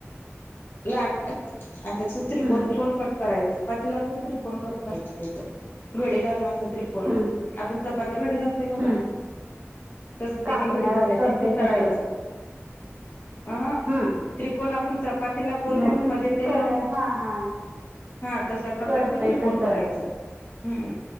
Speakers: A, on the left (about 50°); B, on the right (about 40°).
A: लाटतात आणि त्याच त्रिकोण
B: हम्म
A: त्रिकोण कट करायच चपाती लाटून त्रिकोण कट करायच त्या घडी घालून कोण
B: हम्म
A: आपण चपाती घडी घालतोय बघा
B: हम्म.
A: तस त्याची
B: कापण्या
A: घडी घालायचे
B: करतोय
A: आणि ते तळायचे
B: तसं
A: अ
B: हम्म
A: त्रिकोणा आपण चपाती वातीला गोल
B: म्हण
A: करून मध्ये तेल
B: कर
A: लावून
B: हा हा
A: हा तशा प्रकारच
B: करतोय
A: त्रिकोण
B: तसं
A: करायच. हम्म